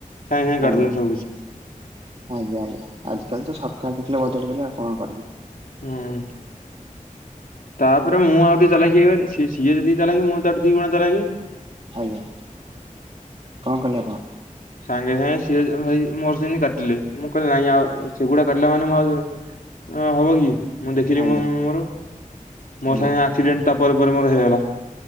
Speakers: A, on the left (about 75°); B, on the right (about 45°).
A: ସାଙ୍ଗେ ସାଙ୍ଗେ କାଟି
B: ଆଜ୍ଞା
A: ଦଉଛନ୍ତି ସବୁ କିଛି।
B: ଆଜ୍ଞା ଆଜି କାଲି ତ ସରକାର ଦେଖିଲେ ବଦଳିଗଲା। କଣ କରିବି?
A: ହୁଁ ତାପରେ ମୁଁ ଆଉ ଟିକିଏ ଚାଲାକ୍ ହେଇଗଲି। ସି ସିଏ ଯେତିକି ଚାଲାକ୍ ମୁଁ ତା ଠାରୁ ଦି ଗୁଣ ଚାଲାକି।
B: ଆଜ୍ଞା କଣ କଲେ ଆପଣ?
A: ସାଙ୍ଗେ ସାଙ୍ଗେ ସିଏ ଅ-ଅ ଭାଇ ମୋର ଯେମିତି କାଟିଲେ ମୁଁ କହିଲି ନାଇଁ ଆଉ ସେଗୁଡ଼ାକ କାଟିଲା ମାନେ ମୋ ଆଉ ହଁ ହବ କି? ମୁଁ ଦେଖିଲି
B: ଆଜ୍ଞା
A: ମୁଁ ମୋର ମୋ
B: ଆଜ୍ଞା
A: ସାଙ୍ଗେ ଆକ୍ସିଡେଣ୍ଟ ତାପରେ ପରେ ମୋର ହେଇଗଲା।